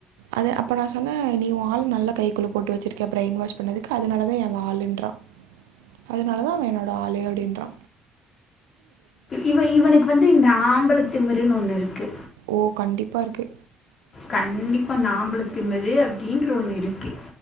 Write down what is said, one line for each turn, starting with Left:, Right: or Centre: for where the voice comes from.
Right: அது அப்ப நா சொன்ன நீ ஓ ஆள் நல்ல கைக்குள்ள போட்டு வச்சிருக்க ப்ரைன் வாஷ் பண்ணதுக்கு அதுனாலதே ஏ வாளுன்றா அதுனாலதா அவ என்னோட ஆளு அப்டின்றா
Left: இவ இவனுக்கு வந்து இந்த ஆம்பளத் திமுருனு ஒண்ணு இருக்கு
Right: ஓ கண்டிப்பா இருக்கு
Left: கண்டிப்பா இந்த ஆம்பளத் திமுரு அப்டின்ற ஒண்ணு இருக்கு